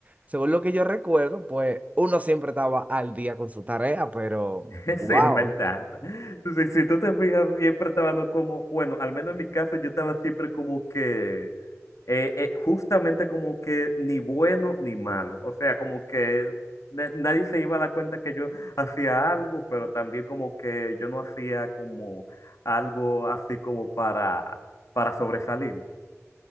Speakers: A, on the right; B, on the left.
A: según lo que yo recuerdo, pues uno siempre estaba al día con su tarea, pero,
B: <laughs>
A: wow.
B: Sí, en verdad. Entonces, si tú te fijas, siempre estaba no como, bueno, al menos en mi caso, yo estaba siempre como que eh, eh, justamente como que ni bueno ni malo. O sea, como que na- nadie se iba a dar cuenta que yo hacía algo, pero también como que yo no hacía como algo así como para, para sobresalir.